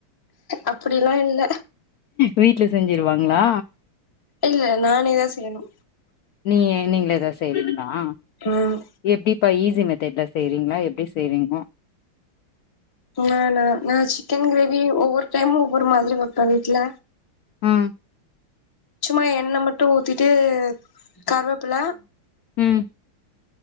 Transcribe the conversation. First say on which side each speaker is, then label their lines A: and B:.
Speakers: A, on the left; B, on the left.
A: அப்படிலா இல்ல
B: வீட்டுல செஞ்சிருவாங்களா
A: இல்ல நானேதா செய்யணு
B: நீ நீங்களே தா செய் கால
A: ம்
B: எப்படி இப்ப ஈஸி மெத்தட்ல செய்றீங்களா எப்படி செய்றீங்க
A: நானா நா சிக்கன் கிரேவி ஒரு டைம் ஒவ்வொரு மாதிரி வைப்ப வீட்டுல
B: ஆ
A: சும்மா என்ண மட்டும் ஊத்திட்டு கருவேப்பில
B: உம்